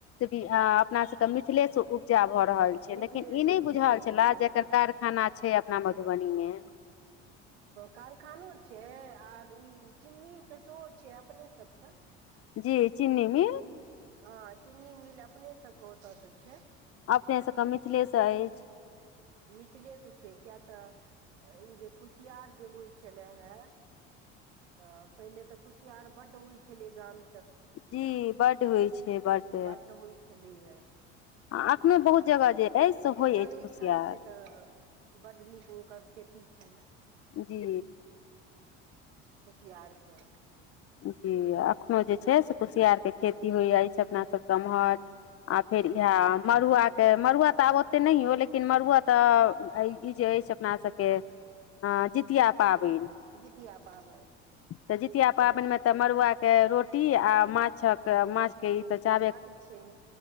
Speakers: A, on the left (about 45°); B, on the right (about 85°).
A: से। अपना सबके मिथिले से उपजा भऽ रहल छै
B: मिथिलेसँ
A: लेकिन ई नहि
B: होइ
A: बुझल
B: छै
A: छले
B: हँ
A: जेर
B: हँ
A: कारखाना। छै अपना मधुबनी मे।
B: कारखानो छै आर ई चिन्नीीक के सेहो छै अपने सबके।
A: जी चिन्नीमेी।
B: हँ चीनी मिल अपने सबके ओतय त छै।
A: अपने सबके मिथिलेसँ अछि।
B: निचलिय से छै क्या तऽ। ई जे कुसियार जे होइ छलै हे। तऽ पहिले तऽ कुशियार बड्ड होइ छलै गाम।
A: जी बड्ड होइ छै बड्ड
B: बढ़ होई खेल है।
A: आ अखने बहुत जगह जे अछि से होय
B: करै
A: अछि कुशियार।
B: छथि से तऽ बड नीक हनकर खेती छ।
A: जी।
B: कुसियारके।
A: जी एखनो जे छै से कुसियारके खेती होइ अछि अपनासभ गम्हर। आओ फेर इएह मड़ुआके मड़ुआ तऽ आब ओतेक नहि हो लेकिन मड़ुआ तऽ ई जे अ से। अपना सबके अ जितिया पाबनि।
B: जीितआ पाबै।
A: तऽ जितिया पाबनिमे तऽ मड़ुआके रोटी आ माछक माछ। क त।
B: बड्ड छै